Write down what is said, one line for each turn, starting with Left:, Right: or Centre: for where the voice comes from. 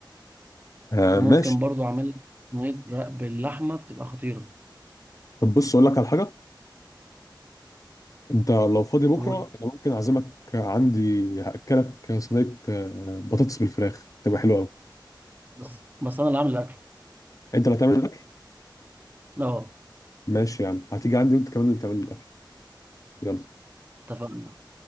Left: أه
Right: وممكن
Left: ماشي
Right: برضو اعمل لك صينيه رق باللحمه بتبقى خطيره
Left: طب بص اقول لك على حاجه انت لو فاضي بكره
Right: قول
Left: انا ممكن اعزمك عندي هاكلك صينيه آه، بطاطس بالفراخ تبقى حلوه قوي
Right: بس بس انا اللي عامل الاكل
Left: انت اللي هتعمل الاكل
Right: اه
Left: ماشي يا عم هتيجي عندي وانت كمان اللي تعمل الاكل يلا
Right: اتفقنا